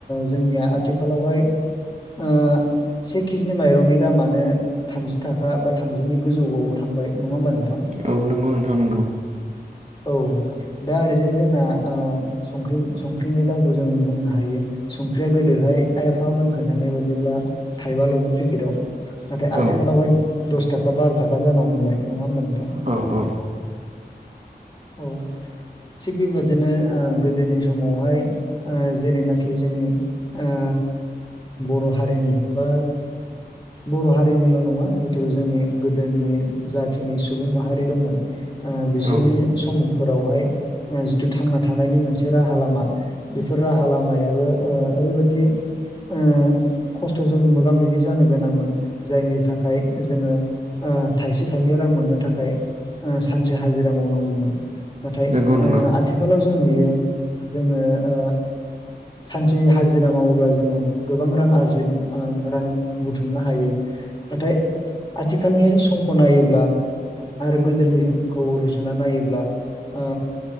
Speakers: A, on the left; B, on the right.
A: जोंनिया आथिखालावहाय ओ से केजि माइरंनि दामानो थामजि थाखा फ बा थामजिनि गोजौआवबो थांबाय नङा होमबा नोंथां?
B: औ नंगौ नोंथां नंगौ
A: औ दा ओरैजाय जोंना ओ संख संख्रिनि दामखौ जों बुंनो हायो संख्रिया गोदोहाय आइ आफा मोनखोन बायदिब्ला थाइबाल'मोन पेकेटआव नाथाय आथिखालावहाय
B: औ
A: दस थाखा बार' थाखा जानो हमबाय नङा होमबा नोंथां
B: औ औ
A: औ थिग बेबादिनो ओ गोदोनि समावहाय जेरैनाखि जोंनि ओ बर' हारिनि बा बर' हारिनिल' नङा जितु जोंनि गोदोनि जाखिनि सुबुं माहारि दंमोन बिसोरनि
B: औ
A: समुंफोरावहाय जिथु थांना थानायनि मोनसे राहा लामा बेफोर राहा लामायाबो ओरैबायदि ओ खस्थ'जों मोगा मोगि जानो गोनांमोन जायनि थाखाय जोङो ओ थाइसे थाइनै रां मोननो थाखाय ओ सानसे हाजिरा मावनांगौमोन। नाथाय
B: नंगौ
A: ओ
B: नंगौ
A: आथ थिखालाव जों नुयो जोङो ओ सानसे हाजिरा मावोब्ला जोङो गोबां रां आरजि ओं रां बुथुमनो हायो। नाथाय आथिखालनि समखौ नायोब्ला आरो गोदोनिखौ रुजुना नायोब्ला ओ